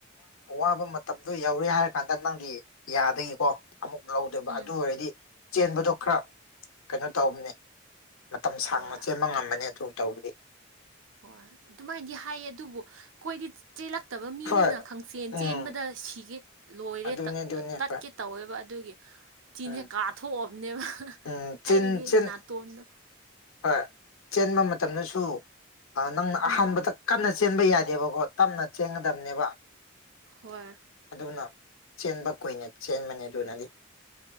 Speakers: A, on the left; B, on the right.
A: ꯋꯥꯕ ꯃꯇꯝꯗꯣ ꯌꯧꯔꯦ ꯍꯥꯏꯔ ꯀꯥꯟꯗ ꯅꯪꯒꯤ ꯌꯥꯗꯒꯤꯀꯣ ꯂꯧꯗꯕ
B: ꯎꯝ
A: ꯑꯗꯨ ꯑꯣꯏꯔꯗꯤ ꯆꯦꯟꯕꯗꯣ ꯈꯔ ꯀꯩꯅꯣ ꯇꯧꯝꯅꯦ ꯃꯇꯝ ꯁꯥꯡꯅ
B: ꯍꯣꯏ
A: ꯆꯦꯟꯕ ꯉꯝꯕꯅꯤ ꯑꯗꯨ ꯇꯧꯗꯤ
B: ꯍꯣꯏ ꯑꯗꯨꯃꯥꯏꯅꯗꯤ ꯍꯥꯏꯌꯦ ꯑꯗꯨꯕꯨ ꯑꯩꯈꯣꯏꯗꯤ ꯆꯦꯜꯂꯛꯇꯕ ꯃꯤꯅꯤꯅ
A: ꯍꯣꯏ
B: ꯈꯪꯆꯦꯟ
A: ꯎꯝ
B: ꯆꯦꯟꯕꯗ ꯁꯤꯒꯤ ꯂꯣꯏꯔꯦ
A: ꯑꯗꯨꯅꯦ ꯑꯗꯨꯅꯦ
B: ꯇꯠꯀꯦ
A: ꯍꯣꯏ
B: ꯇꯧꯋꯦꯕ ꯑꯗꯨꯒꯤ ꯆꯤꯅꯦꯦ
A: ꯎꯝ
B: ꯀꯥꯊꯣꯛꯑꯕꯅꯦꯕ
A: ꯎꯝ ꯆꯤꯟ
B: ꯑꯩꯗꯤ
A: ꯆꯤꯟ
B: ꯅꯥꯇꯣꯟꯗꯕ
A: ꯍꯣꯏ ꯆꯦꯟꯕ ꯃꯇꯝꯗꯁꯨ ꯅꯪꯅ ꯑꯍꯥꯟꯕꯗ
B: ꯎꯝ
A: ꯀꯟꯅ ꯆꯦꯟꯕ ꯌꯥꯗꯦꯕꯀꯣ ꯇꯞꯅ ꯆꯦꯟꯒꯗꯕꯅꯦꯕ
B: ꯍꯏ
A: ꯑꯗꯨꯅ ꯆꯦꯟꯕ ꯀꯨꯏꯅ ꯆꯦꯟꯕꯅꯦ ꯑꯗꯨꯅꯗꯤ